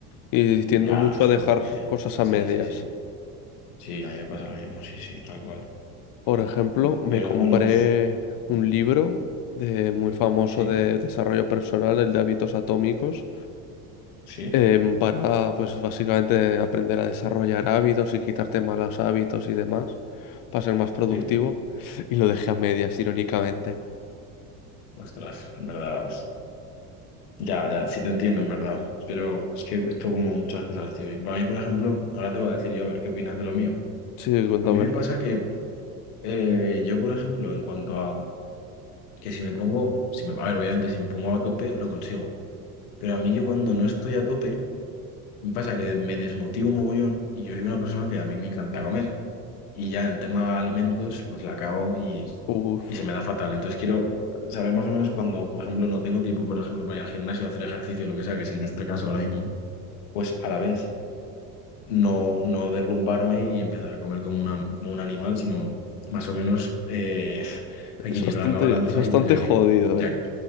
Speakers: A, on the left; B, on the left.
A: Y tiendo
B: Ya,
A: mucho
B: eso
A: a dejar
B: es muy difícil.
A: cosas a
B: Sí,
A: medias.
B: sí, sí. Sí, a mí me pasa lo mismo, sí, sí, tal cual.
A: Por ejemplo, me
B: Pero
A: compré
B: bueno,
A: un libro de, muy famoso
B: sí,
A: de desarrollo personal, el de hábitos atómicos,
B: sí,
A: em, para pues básicamente aprender a desarrollar hábitos y quitarte malos hábitos y demás, para ser más productivo.
B: sí.
A: Y lo dejé a medias, irónicamente.
B: Ostras, en verdad. Ya, ya, sí te entiendo, en verdad. Pero es que esto como muchas cosas, tío. Y para mí, por ejemplo, ahora te voy a decir yo, a ver, ¿qué opinas de lo mío?
A: Sí, cuéntame.
B: A mí me pasa que eh, yo, por ejemplo, en cuanto a que si me pongo, si me, a ver, obviamente si me pongo a tope, lo consigo. Pero a mí yo cuando no estoy a tope, me pasa que me desmotivo mogollón y yo soy una persona que a mí me encanta comer. Y ya en tema alimentos, pues la cago y,
A: Uf.
B: y se me da fatal. Entonces quiero saber más o menos cuando, por ejemplo, no tengo tiempo, por ejemplo, para ir al gimnasio, hacer ejercicio, lo que sea, que es en este caso ahora mismo, pues a la vez no, no derrumbarme y empezar a comer como una, como un animal, sino más o menos eh, equilibrar
A: Es bastante,
B: la balanza
A: es bastante
B: y pues ya
A: jodido,
B: que ya
A: ¿eh?